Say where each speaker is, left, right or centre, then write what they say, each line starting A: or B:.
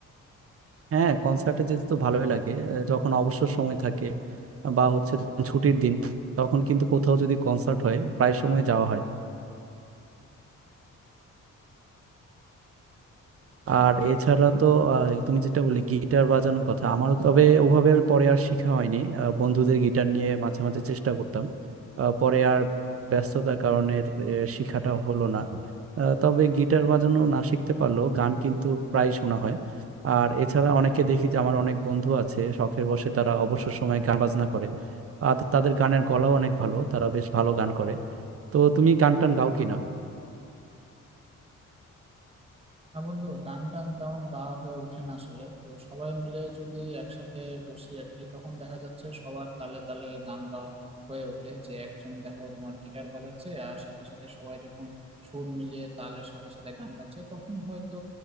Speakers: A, on the right; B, on the right.
A: হ্যাঁ কনসার্টে যেতে তো ভালোই লাগে আহ, যখন অবসর সময় থাকে বা হচ্ছে যখন ছুটির দিন তখন কিন্তু কোথাও যদি কনসার্ট হয় প্রায় সময় যাওয়া হয় আর এছাড়া তো আহ, তুমি যেটা বললে গিটার বাজানোর কথা আমার তবে ওভাবে আর পরে আর শেখা হয়নি আহ, বন্ধুদের গিটার নিয়ে মাঝে মাঝে চেষ্টা করতাম আহ, পরে আর ব্যস্ততার কারণে আহ, শেখাটা হলো না আহ, তবে গিটার বাজানো না শিখতে পারলেও গান কিন্তু প্রায় শোনা হয় আর এছাড়া অনেকে দেখি যে আমার অনেক বন্ধু আছে শখের বশে তারা অবসর সময়ে গান বাজনা করে আর তাদের গানের গলাও অনেক ভালো তারা বেশ ভালো গান করে তো তুমি গান টান গাও কিনা
B: না বন্ধু গান টান তেমন গাওয়া হয়ে ওঠে না আসলে তো সবাই মিলে যদি একসাথে বসি আর কি তখন দেখা যাচ্ছে সবার তালে তালে গান গাওয়া হয়ে ওঠে যে একজন দেখো তোমার গিটার বাজাচ্ছে আর সাথে সাথে সবাই যখন সুর মিলিয়ে তালের সাথে সাথে গান গাচ্ছে তখন হয়তো